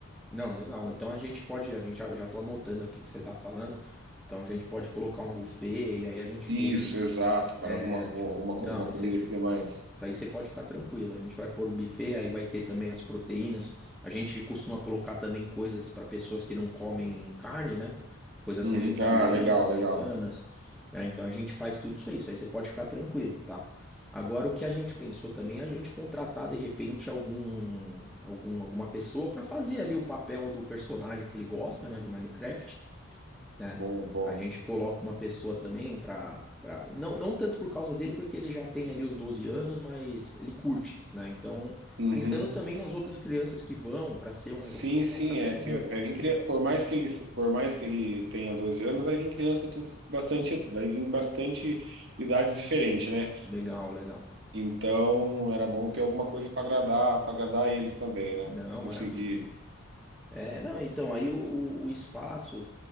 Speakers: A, in the centre; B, on the right (about 55°).
A: Não, legal. Então a gente pode, a gente já, eu já tô anotando aqui o que você tá falando. Então a gente pode colocar um buffet e aí a gente
B: Isso,
A: vê de.
B: exato, cara.
A: É,
B: Alguma, co-
A: tipo,
B: alguma, alguma
A: não, aí
B: comida
A: você isso
B: que dê mais.
A: aí você pode ficar tranquilo. A gente vai pôr o buffet, aí vai ter também as proteínas. A gente costuma colocar também coisas para pessoas que não comem carne, né? Coisas
B: Uhum.
A: vegetarianas,
B: Ah, legal, legal.
A: veganas, né? Então a gente faz tudo isso aí. Isso aí você pode ficar tranquilo, tá? Agora, o que a gente pensou também é a gente contratar de repente algum, algum alguma pessoa para fazer ali o papel do personagem que ele gosta, né? Do Minecraft né?
B: Bom, bom.
A: A gente coloca uma pessoa também pra, pra... Não, não tanto por causa dele, porque ele já tem ali os 12 anos, mas ele curte, né? Então,
B: Uhum.
A: pensando também nas outras crianças que vão, pra ser um
B: Sim,
A: negócio legal
B: sim,
A: pra
B: é
A: todo
B: que
A: mundo.
B: vai vir criança. Por mais que ele, por mais que ele tenha 12 anos, vai vir criança tudo bastante, vai vir bastante idades diferentes, né?
A: Legal, legal.
B: Então, era bom ter alguma coisa para agradar, para agradar eles também, né?
A: Não, maravilha.
B: Conseguir.
A: É, não, então, aí o, o o espaço.